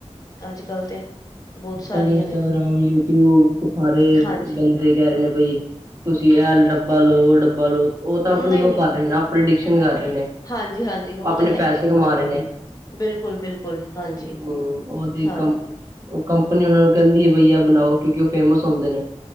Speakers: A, on the left (about 30°); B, on the right (about 30°).
A: ਅੱਜ ਕੱਲ ਤੇ ਬਹੁਤ
B: ਅੱਜ
A: ਸਾਰੀਆਂ
B: ਕੱਲ੍ਹ ਇੰਸਟਾਗ੍ਰਾਮ,
A: ਨੇ
B: ਯੂਟਿਊਬ ਤੇ ਸਾਰੇ
A: ਹਾਂਜੀ
B: ਬੰਦੇ ਕਹਿ ਰਹੇ ਨੇ ਬਈ--ਤੁਸੀਂ ਐਲ ਡੱਬਾ ਲਓ, ਉਹ ਡੱਬਾ ਲਓ ਉਹ ਤਾਂ ਆਪਣੀ
A: ਨਹੀਂ
B: ਉਹ
A: ਨਹੀਂ
B: ਕਰ ਰਹੇ ਨੇ ਪ੍ਰਡਿਕਸ਼ਨ ਕਰ ਰਹੇ ਨੇ,
A: ਹਾਂਜੀ ਹਾਂਜੀ ਉਹ
B: ਆਪਣੇ
A: ਤੇ ਹੈ
B: ਪੈਸੇ
A: ਹੀ ਹੈ
B: ਕਮਾ
A: ਹਾਂਜੀ
B: ਰਹੇ ਨੇ
A: ਬਿਲਕੁਲ, ਬਿਲਕੁਲ ਹਾਂਜੀ
B: ਹਮ, ਉਹਦੀ
A: ਹਾਂ,
B: ਕੰਪ ਉਹ ਕੰਪਨੀ ਉਹਨਾ ਨੂੰ ਕਹਿੰਦੀ ਹੈ ਬਈ, ਆ ਬਣਾਓ ਕਿਉਂਕਿ ਉਹ ਫੇਮਸ ਹੁੰਦੇ ਨੇ